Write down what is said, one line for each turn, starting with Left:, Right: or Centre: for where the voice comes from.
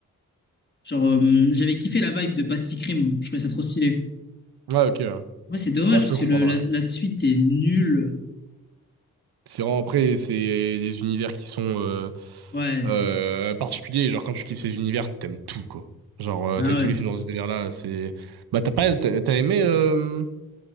Left: Genre, euh, j'avais kiffé la vibe de Pacific Rim. Je trouvais ça trop stylé.
Right: Ouais, ok. ouais.
Left: Ouais, c'est dommage
Right: Bon, je
Left: parce
Right: peux
Left: que
Right: comprendre,
Left: le- la,
Right: ouais.
Left: la suite est nulle.
Right: C'est vraiment après, c'est des univers qui sont euh,
Left: Ouais,
Right: euh, particuliers. Genre, quand tu kiffes ces univers, t'aimes tout, quoi. Genre, euh,
Left: bah
Right: t'aimes
Left: ouais.
Right: tous les films dans ce délire-là. C'est. Bah, t'as pas. T'as t'as aimé. euh,